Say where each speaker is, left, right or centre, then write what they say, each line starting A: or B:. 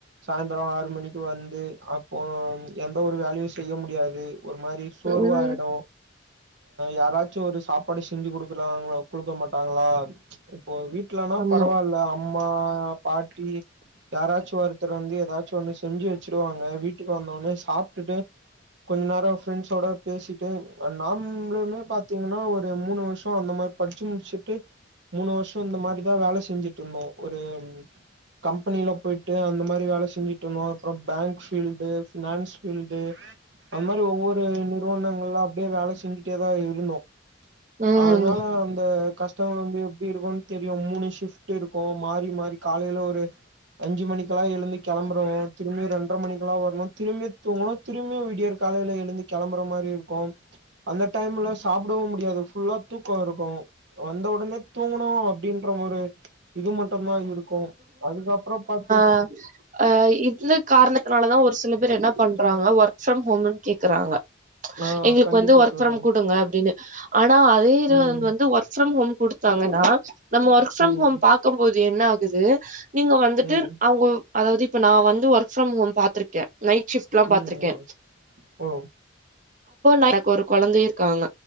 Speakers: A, on the right; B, on the right.
A: சாய்ந்ரோ ஆறு மணிக்கு வந்து அப்போ எந்த ஒரு வேலயு செய்ய முடியாது ஒரு மாரி சோர்வாயிடு
B: ம்.
A: யாராச் சாப்பாடு செஞ்சு குடுக்கறாங்களா குடுக்க மாட்டாங்களா இப்போ வீட்லனா
B: ஆமா.
A: பரவால்ல அம்மா பாட்டி யாராச்சு ஒருத்தர் வந்து ஏதாச்சு ஒண்ணு செஞ்சு வெச்சிருவாங்க வீட்டுக்கு வந்தவுடனே சாப்டுட்டு கொஞ் நேரோ ஃரெண்ட்ஸோட பேசிட்டு நாமளுமே பா த்தீங்னா ஒரு மூணு வருஷோ அந்த மாரி படிச்சு முடிச்சுட்டு மூணு வருஷோ இந்த மாரிதா வேல செஞ்சுட்ருந்தோ ஒரு கம்பெனில போயிட்டு அந்த மாரி வேல செஞ்சுட்டு இந்தோ அப்றோ பேங்க் பீல்டு பினான்ஸ் ஃபீல்டு அதுமாரி ஒவ்வொரு நிறுவனங்கள்ல அப்டியே வேல செஞ்சுட்டே தா இருந்தோ
B: ம்.
A: அதனால வந் து கஷ்டங்கள் வந்து எப்டி இருக்குனு தெரியு மூணு ஷிப்ட்டு இருக்கு மாறி மாறி காலைல ஒரு அஞ்சு மணிக்கெல்லா எழுந்து கெளம்றோ திரும்பி ரெண்ரை மணிக்கெல்லா வரணு திரும்பி தூங்ணு திரும்பி விடியர் காலைல எழுந்து கெளம்புற மாரி இருக்கு அந்த டைம்ல சாப்பிடவு முடியாது ஃபுல்லா தூக்கோ இருக்கு வந்த உடனே தூங்ணு அப்டின் ற ஒரு இது மட்டுதா இருக்கு அதுக்கப்றோ பாத்தீங்
B: ஆ அ இந்த காரணத்தினால தா ஒரு சில பேர் என்ன பண்றாங்க ஒர்க் ஃப்ரம் ஹோம்ன்னு கேக்கறாங்க
A: ஆ
B: எங்ளுக்கு
A: கண்டிப்பா
B: வந்து ஒர்க்
A: தோழி
B: ஃப்ரம் குடுங்க அப்டின்னு ஆனா அதேதா
A: ம்
B: வந்து ஒர்க் ஃப்ரம் ஹோம் குடுத்தாங்கனா நம்ம ஒர்க் ஃப்ரம்
A: ம்
B: ஹோம் பாக்கும்போது என்ன ஆகுது நீங்க வந்துட்டு
A: ம்
B: அவுங்க அதாவ்து இப்ப நா வந்து ஒர்க் ஃப்ரம் ஹோம் பாத்துருக்கே நைட் ஷிஃப்ட்லா
A: ம்
B: பாத்திருக்கே
A: ம் ஓ
B: எனக்கு ஒரு கொழந்தையு இருக்காங்க